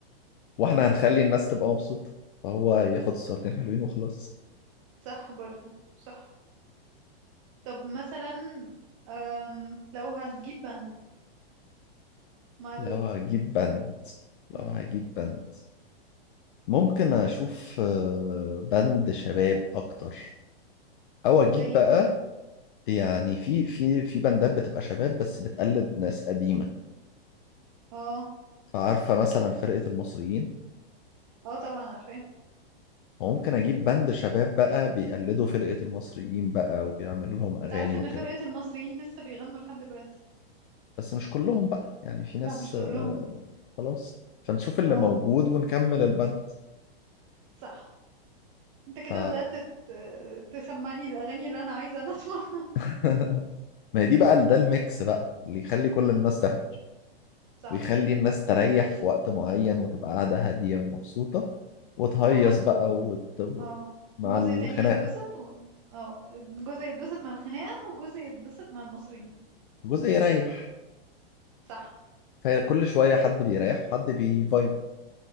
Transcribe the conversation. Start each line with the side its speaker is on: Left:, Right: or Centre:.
Left: واحنا
Right: طيب
Left: هنخلي الناس تبقى مبسوطة فهو هياخد الصورتين حلوين وخلاص
Right: صح برضو صح طب مثلا أم لو هتجيب باند مع دول
Left: لو هجيب بند لو
Right: مم،
Left: هجيب بند ممكن اشوف آه، بند شباب اكتر او اجيب
Right: زي
Left: بقى
Right: مين
Left: يعني في في في بندات بتبقى شباب بس بتقلد ناس قديمة
Right: اه
Left: فعارفة مثلا فرقة المصريين
Right: اه طبعا عارفاه
Left: وممكن أجيب بند شباب بقى بيقلدوا فرقة المصريين بقى وبيعملوا لهم أغاني
Right: تعرف ان
Left: وكده
Right: فرقة المصريين لسه بيغنوا لحد دلوقتي
Left: بس مش كلهم بقى يعني في ناس
Right: لا مش كلهم
Left: آه، خلاص فنشوف اللي
Right: اه
Left: موجود ونكمل البند
Right: صح انت كده
Left: ف
Right: بدأت ت- تسمعني الاغاني اللي انا عايزة انا اسمعها
Left: <laughs> ما هي دي بقى ده الميكس بقى اللي يخلي كل
Right: امم
Left: الناس تحضر
Right: صح
Left: ويخلي الناس تريح في وقت معين وتبقى قاعدة هادية ومبسوطة وتهيص
Right: فحد
Left: بقى وت...
Right: اه
Left: مع
Right: جزء
Left: الخناقة
Right: تاني يتبسط و... اه جزء يتبسط مع الخناقة وجزء يتبسط مع المصريين
Left: جزء يريح
Right: صح
Left: فكل شوية حد بيريح وحد بيفايب